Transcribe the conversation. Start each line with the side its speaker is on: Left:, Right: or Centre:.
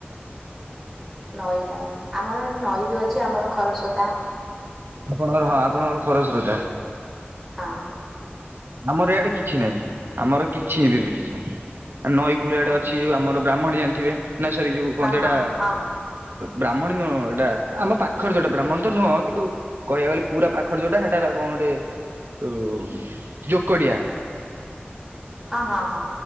Centre: ନଈ ନାଇଁ ଆମର ନଈ ବି ଅଛି ଆମର ଖରସ୍ରୋତା
Right: ଆପଣଙ୍କ
Centre: ଆଉ
Right: ଆପଣଙ୍କର ଖରଚ ରତା।
Centre: ହଁ।
Right: ଆମର ଏଆଡେ କିଛି ନାହିଁ ଆମର କିଛି ବୋଲି କିଛି ନାହିଁ। ଆ ନଈ କୂଳିଆ ଆଡେ
Centre: ଆଚ୍ଛା
Right: ଅଛି। ଯୋଉ ଆମର ବ୍ରାହ୍ମଣୀ ଜାଣିଥିବେ ନା ସରି ଯୋଉ କଣ
Centre: ହଁ
Right: ତି ଏଟା?
Centre: ହଁ ହଁ ହଁ
Right: ବ୍ରାହ୍ମଣୀ ନୁ ଏଇଟା ଆମ ପାଖରେ ଯୋଉଟା ବ୍ରାହ୍ମଣୀ ତ ନୁହଁ କିନ୍ତୁ କହିବାକୁ ଗଲେ ପୁରା ପାଖରେ ଯୋଉଟା ସେଟା କଣ ଗୋଟେ ଓ ଯୋକଡିଆ।
Centre: ହଁ ହଁ ହଁ।